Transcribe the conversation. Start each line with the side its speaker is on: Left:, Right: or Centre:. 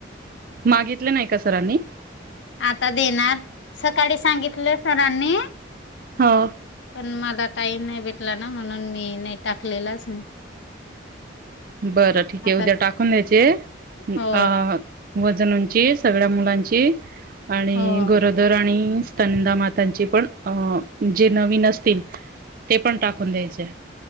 Right: मागितले नाही का सरांनी
Left: आता देणार सकाळी सांगितलं सरांनी
Right: हो
Left: पण मला टाईम नाही भेटला ना म्हणून मी नाही टाकलेलाच नाही
Right: बरं ठीक
Left: आता
Right: आहे उद्या टाकून द्यायचे
Left: हो
Right: अ वजन उंचीस सगळ्या मुलांची आणि
Left: हो
Right: गरोदर आणि स्नंद मातांचे पण अ जे नवीन असतील ते पण टाकून द्यायचे